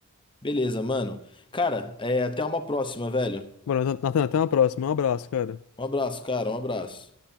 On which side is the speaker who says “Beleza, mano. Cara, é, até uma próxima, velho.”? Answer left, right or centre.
Left